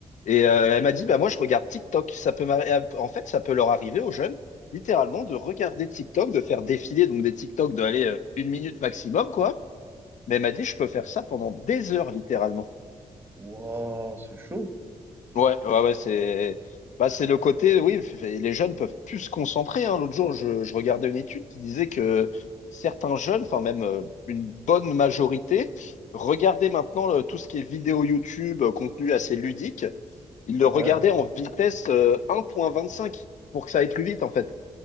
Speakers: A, on the left; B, on the right.
A: Et euh, elle m'a dit, bah moi je regarde TikTok. Ça peut m'arri- en fait, ça peut leur arriver aux jeunes, littéralement, de regarder TikTok, de faire défiler donc des TikTok de aller euh, une minute maximum, quoi. Mais elle m'a dit, je peux faire ça pendant des heures, littéralement.
B: Waouh, c'est chaud.
A: Ouais, ouais, ouais, c'est bah, c'est le côté, oui, f- les jeunes peuvent plus se concentrer, hein. L'autre jour, je, je regardais une étude qui disait que certains jeunes, enfin même euh, une bonne majorité, regardaient maintenant euh, tout ce qui est vidéo YouTube, euh, contenu assez ludique, ils le
B: Ouais.
A: regardaient en vitesse euh, 1.25 pour que ça aille plus vite, en fait.